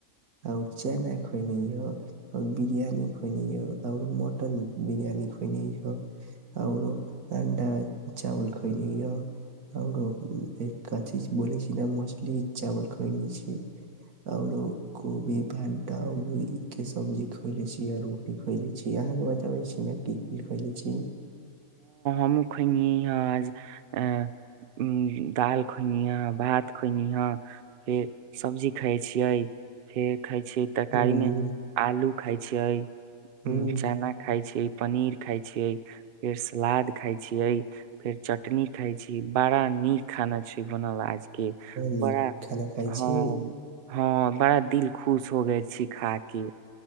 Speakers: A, on the right; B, on the right.
A: आओर चना खइनी यह आओर बिरियानी खयनी यह आओर मटन बिरियानी खइनी औरो अंडा चावल खगनी य आओरो कथी। <unintelligible> ब छी ने मछली चावल खुइ ल छी आलो कोबी भणटाल ई के सब्जी खुएले छी आ रोटी खुइले छी अहाँके बताबै छी ने की की खुइले छी। <unintelligible>
B: हमूह खगनी है आज आ उ दालि खगनी है, भात खइनी है, फेर सब्जी खाय, छियै फेर। <unintelligible> खाइ छै तरकारी
A: उम्म
B: मे आलू। <unintelligible> खाइ छियै। <unintelligible>
A: उम्म
B: चना खाय छियै, पनीर खाइ छियै, फेर सलाद। खाय छियै फेर चटनी खाय छी बड़ा नीक खाना छै। <unintelligible> बनल आज के
A: निक
B: बड़ा
A: खाना खाय
B: हँ-
A: छिये
B: हँ बड़ा दिल खुश हो गेल छी खा के <unintelligible>